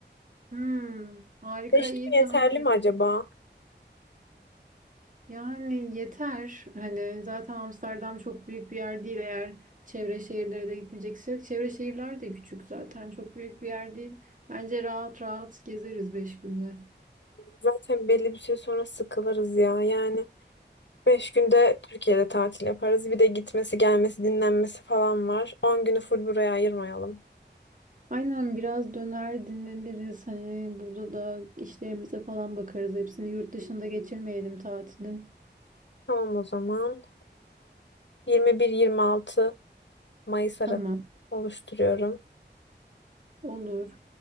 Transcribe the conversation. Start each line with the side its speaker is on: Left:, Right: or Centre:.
Right: Hmm, harika
Left: 5 gün
Right: iyi tamam.
Left: yeterli mi acaba?
Right: Yani yeter. Hani zaten Amsterdam çok büyük bir yer değil eğer çevre şehirlere de gitmeyeceksek. Çevre şehirler de küçük zaten. Çok büyük bir yer değil. Bence rahat rahat gezeriz beş günde.
Left: Zaten belli bir süre sonra sıkılırız ya. Yani 5 günde Türkiye'de tatil yaparız. Bir de gitmesi, gelmesi, dinlenmesi falan var. 10 günü full buraya ayırmayalım.
Right: Aynen biraz döner dinleniriz. Hani burada da işlerimize falan bakarız. Hepsini yurt dışında geçirmeyelim tatilin.
Left: Tamam o zaman. Ee, 21-26 Mayıs
Right: Tamam.
Left: arası oluşturuyorum.
Right: Olur.